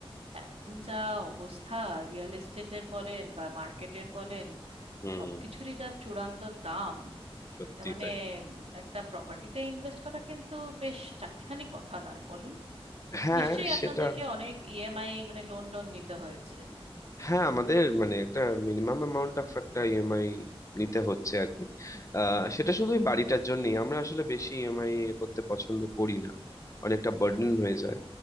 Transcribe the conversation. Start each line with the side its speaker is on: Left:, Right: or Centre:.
Right: এখন যা অবস্থা রিয়েল এস্টেটের বলেন বা মার্কেটের বলেন
Left: হুম
Right: সবকিছুরই যা চূড়ান্ত দাম
Left: সত্যি
Right: তার মানে
Left: তাই
Right: একটা প্রপার্টিতে ইনভেস্ট করা কিন্তু বেশ চারটিখানি কথা নয় বলুন
Left: হ্যাঁ
Right: নিশ্চয়ই
Left: সেটা
Right: আপনাদেরকে অনেক ইএমআই মানে লোন টোন নিতে হয়েছে
Left: হ্যাঁ আমাদের মানে একটা মিনিমাম অ্যামাউন্ট অফ একটা ইএমআই নিতে হচ্ছে আর কি আহ, সেটা শুধু ওই বাড়িটার জন্যই আমরা আসলে বেশি ইএমআই করতে পছন্দ করি না অনেকটা বার্ডেন হয়ে যায়